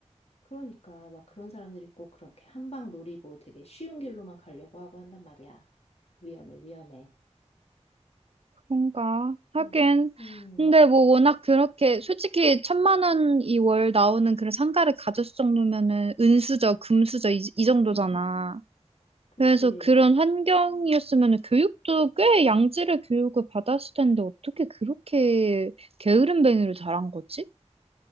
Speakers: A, on the left; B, on the right.
A: 그러니까 막 그런 사람들 있고 그렇게 한 방 노리고 되게 쉬운 길로만 가려고 하고 한단 말이야. 위험해, 위험해.
B: 그런가 하긴
A: 어. 음.
B: 근데 뭐 워낙 그렇게 솔직히 천만 원이 월 나오는 그런 상가를 가졌을 정도면은 은수저 금수저 이, 이 정도잖아
A: <laughs> 그치.
B: 그래서 그런 환경이었으면 교육도 꽤 양질의 교육을 받았을 텐데 어떻게 그렇게 게으름뱅이로 자란 거지?